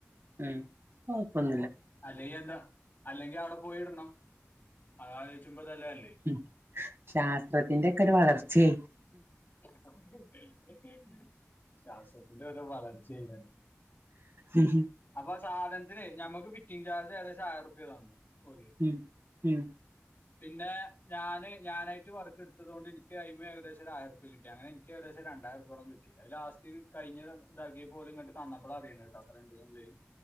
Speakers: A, on the right; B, on the left.
A: ഉം കൊഴപ്പൊന്ന്ല്ല
B: അല്ലെങ്കി എന്ത അല്ലെങ്കി ഔടെ പോയി ഇടണം. അതാലോചിക്കുമ്പോ ഇതെല്ലാം അല്ലേ
A: ഉം ശാസ്ത്രത്തിന്റെ ഒക്കെ ഒരു വളർച്ചെ
B: അ <unintelligible> എ ശ്വാസത്തിന്റെ ഒരു വളർച്ച <unintelligible> താണ്
A: ഉം
B: അപ്പൊ സാധൻത്തിന് ഞമ്മക്ക് ഫിറ്റിങ് ചാർജ് ഏകദേശം ആയിരര്പ്യ തന്നു. ഓല്
A: ഉം ഉം
B: പിന്നെ ഞാന് ഞാനായിട്ട് വർക്ക് ഇട്ത്തതോണ്ട് ഇൻ കയിമ ഏകദേശം ആയിരം കിട്ടി. അങ്ങെനെ ഇൻക്ക് ഏകദേശം രണ്ടായിരം കിട്ടി. അത് ലാസ്റ്റ് കഴിഞ് ഇതാക്ക്യേപ്പ ഓല് ഇങ്ങട്ട് തന്നപ്പള അറിണ്ട്ടൊ അത്രണ്ട് ന്ന്ല്ലെത്.